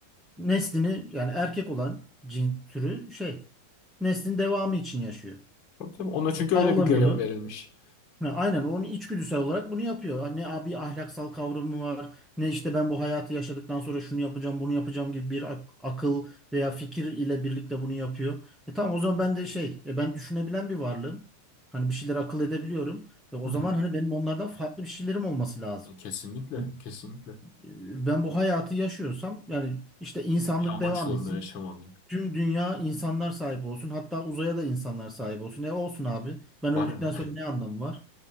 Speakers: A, in the centre; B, on the left.
A: neslini yani erkek olan cin türü şey neslin devamı için yaşıyor.
B: Tabii tabii. Ona çünkü öyle
A: Avlanıyor.
B: bir görev verilmiş.
A: Ha, Aynen onun içgüdüsel olarak bunu yapıyor. Ne abi ahlaksal kavramı var, ne işte ben bu hayatı yaşadıktan sonra şunu yapacağım, bunu yapacağım gibi bir ak- akıl veya fikir ile birlikte bunu yapıyor. E tamam o zaman ben de şey, e, ben düşünebilen bir varlığım. Hani bir şeyler akıl edebiliyorum. E, o
B: Hı
A: zaman
B: hı.
A: hani benim onlardan farklı bir şeylerim olması lazım.
B: E, kesinlikle,
A: Hani,
B: kesinlikle.
A: e, ben bu hayatı yaşıyorsam yani işte insanlık
B: Bir amaç
A: devam
B: uğruna
A: etsin.
B: yaşamalıyım.
A: Tüm dünya insanlar sahip olsun. Hatta uzaya da insanlar sahip olsun. E olsun abi. Ben öldükten
B: Bana ne?
A: sonra ne anlamı var?